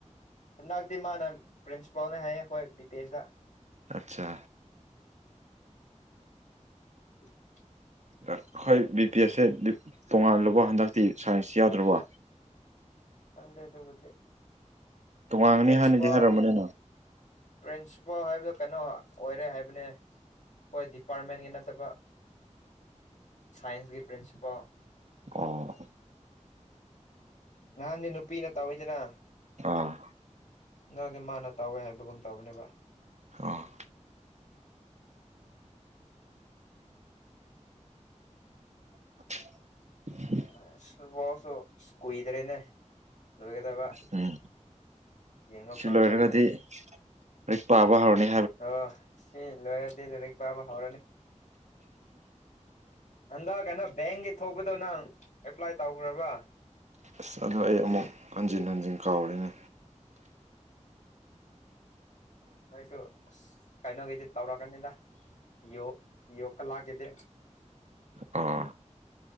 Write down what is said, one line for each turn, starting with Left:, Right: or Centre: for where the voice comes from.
Left: ꯍꯟꯗꯛꯇꯤ ꯃꯥꯅ ꯄ꯭ꯔꯤꯟꯁꯤꯄꯥꯜꯅꯦ ꯍꯥꯏꯌꯦ ꯑꯩꯈꯣꯏ ꯕꯤ ꯄꯦ ꯑꯦꯁꯇ
Right: ꯑꯠꯆꯥ
Left: <unintelligible>
Right: ꯑꯈꯣꯏ ꯕꯤ ꯄꯤ ꯑꯦꯁꯁꯦ ꯗꯤ ꯇꯣꯡꯉꯥꯜꯂꯕꯣ ꯍꯟꯗꯛꯇꯤ ꯁꯥꯏꯟꯁ ꯌꯥꯎꯗ꯭ꯔꯕꯣ
Left: ꯈꯪꯗꯦ ꯑꯗꯨꯕꯨꯗꯤ
Right: ꯇꯣꯉꯥꯟꯒꯅꯤ
Left: ꯄ꯭ꯔꯤꯟꯁꯤꯄꯥꯜ
Right: ꯍꯥꯟꯅꯗꯤ ꯍꯥꯏꯔꯝꯕꯅꯤꯅ
Left: ꯄ꯭ꯔꯤꯟꯁꯤꯄꯥꯜ ꯍꯥꯏꯕꯗꯣ ꯀꯩꯅꯣ ꯑꯣꯏꯔꯦ ꯍꯥꯏꯕꯅꯦ ꯍꯣꯏ ꯗꯤꯄꯥꯔꯠꯃꯦꯟꯒꯤ ꯅꯠꯇꯕ ꯁꯥꯏꯟꯁꯀꯤ ꯄ꯭ꯔꯤꯟꯁꯤꯄꯥꯜ
Right: ꯑꯣ
Left: ꯉꯍꯥꯟꯗꯤ ꯅꯨꯄꯤꯅ ꯇꯧꯋꯤꯗꯅ
Right: ꯑꯥ
Left: ꯉꯥꯡꯗꯤ ꯃꯥꯅ ꯇꯧꯋꯦ ꯍꯥꯏꯕꯒꯨꯝ ꯇꯧꯕꯅꯦꯕ
Right: ꯑꯣ <unintelligible>
Left: <unintelligible> ꯋꯥꯛꯁꯨ ꯑꯁ ꯀꯨꯏꯗ꯭ꯔꯦꯅꯦ ꯂꯣꯏꯒꯗꯕ
Right: ꯎꯝ
Left: ꯌꯦꯡꯕ
Right: ꯁꯤ
Left: ꯐꯪꯉꯔꯣꯏꯅꯦ
Right: <unintelligible> ꯂꯥꯏꯔꯤꯛ ꯄꯥꯕ ꯍꯧꯔꯅꯦ
Left: ꯑꯣ ꯁꯤ ꯂꯣꯏꯔꯗꯤ ꯂꯥꯏꯔꯤꯛ ꯄꯥꯕ ꯍꯧꯔꯅꯤ ꯍꯟꯗꯛ ꯀꯩꯅꯣ ꯕꯦꯡꯒꯤ ꯊꯣꯛꯄꯗꯣ ꯅꯪ ꯑꯦꯄ꯭ꯂꯥꯏ ꯇꯧꯈ꯭ꯔꯕ
Right: ꯑꯁ ꯑꯗꯣ ꯑꯩ ꯑꯃꯨꯛ ꯍꯟꯖꯤꯟ ꯍꯟꯖꯤꯟ ꯀꯥꯎꯔꯦꯅꯦ
Left: ꯅꯣꯏꯁꯨ ꯑꯁ ꯀꯩꯅꯣꯒꯤꯗꯤ ꯇꯧꯔꯛꯀꯅꯤꯗ ꯄꯤꯌꯣ ꯄꯤꯌꯣ ꯀꯂꯥꯛꯀꯤꯗꯤ
Right: ꯑꯥ